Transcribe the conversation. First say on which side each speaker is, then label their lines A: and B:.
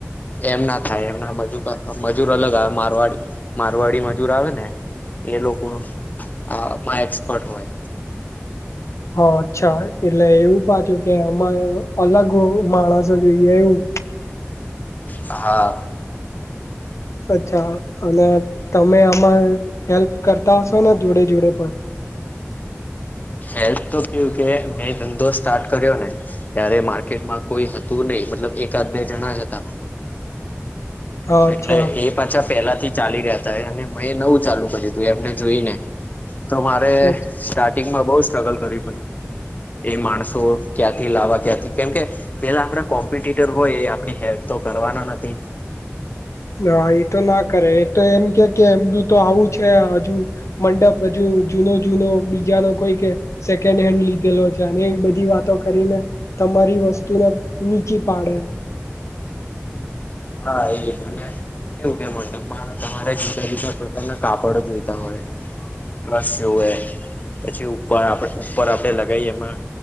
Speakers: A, on the left; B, on the left.
A: એમ ના થાય, એમના મજૂર ક મજૂર અલગ આવે મારવાડી મારવાડી મજૂર આવે ને, એ લોકો આમાં એક્સપર્ટ હોય.
B: હા અચ્છા. એટલે એવું પાછું કે અમારે અલગ માણસો જોઈએ એવું.
A: હા.
B: અચ્છા. અને તમે આમાં હેલ્પ કરતા હશો ને જોડે-જોડે પણ?
A: હેલ્થ તો કેવું કે મેં ધંધો સ્ટાર્ટ કર્યો ને ત્યારે માર્કેટમાં કોઈ હતું નહીં મતલબ એકાદ બે જણા જ હતા.
B: હા અચ્છા
A: એટલે એ પાછા પહેલા થી ચાલી રહ્યા તા, અને મેં નવું ચાલુ કર્યું તું એમને જોઈ ને. તો મારે
B: અચ્છા.
A: સ્ટાર્ટિંગમાં બહુ સ્ટ્રગલ કરવી પડી. એ માણસો ક્યાંથી લાવવા, ક્યાંથી, કેમકે પેલા આપણા કોમ્પિટટર હોય આપણી હેલ્પ તો કરવાના નથી.
B: ના એ તો ના કરે, એ તો એમ ક્યે કે એમનું તો આવું છે હજુ મંડપ હજુ જૂનો-જૂનો બીજાનો કોઈ કે સેકન્ડ હેન્ડ લીધેલો છે. અને એવી બધી વાતો કરીને તમારી વસ્તુ ના નીચી પાડે.
A: હા એ જ. અને કેવું કે મંડપમાં તમારે <inaudible> તમને કાપડ જોઈતા હોય, ટ્રસ્ટ જોવે. પછી ઉપર આપણે ઉપર આપડે લગાઈએ એમાં